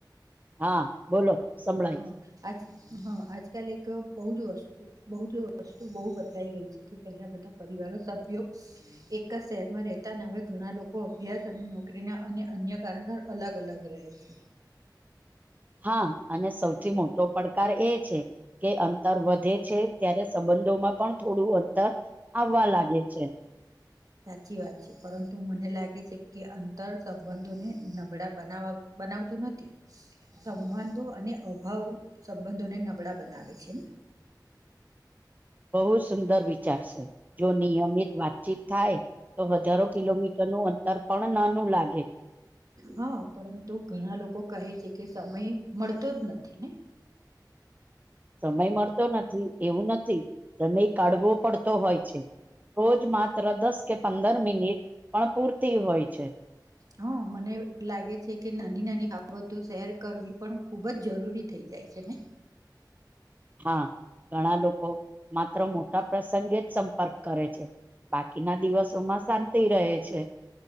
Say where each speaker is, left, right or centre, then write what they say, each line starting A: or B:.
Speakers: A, on the right; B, on the right.
A: હા બોલો સંભળાય
B: હા
A: છે.
B: આજ હા આજકાલ એક બહુ જ વસ્તુ બહુ જો વસ્તુ બહુ બદલાઈ ગઈ છે પહેલા બધા પરિવારો સભ્યો એક જ શહેરમાં રહેતાને હ ઘણા લોકો અભ્યાસ અને નોકરીના અને અન્ય કારણસ અલગ અલગ રહે છે
A: હા અને સૌથી મોટો પડકાર એ છે કે અંતર વધે છે ત્યારે સંબંધોમાં પણ થોડું અંતર આવવા લાગે છે
B: સાચી વાત છે પરંતુ મને લાગે છે કે અંતર સંબંધોને નબળા બનાવા બનાવતું નથી સંવાંધો અને અભાવ સંબંધોને નબળા બનાવે છે ને
A: <inaudible> બહુ સુંદર વિચારશે જો નિયમિત વાતચીત થાય તો હજારો કિલોમીટર નું અંતર પણ નાનું લાગે
B: હા પરંતુ ઘણા લોકો કહે છે કે સમય મળતો જ નથી ને
A: સમય મળતો નથી એવું નથી સમય કાઢવો પડતો હોય છે રોજ માત્ર દસ કે પંદર મિનિટ પણ પૂરતી હોય છે
B: હમ હ મને લાગે છે કે નાની નાની બાબતો શેર કરવી પણ ખુબ જ જરૂરી થઈ જાય કેને
A: <inaudible> હા ઘણા લોકો માત્ર મો પ્રસંગે જ સંપર્ક કરે છે બાકીના દિવસોમાં શાંતિ રહે છે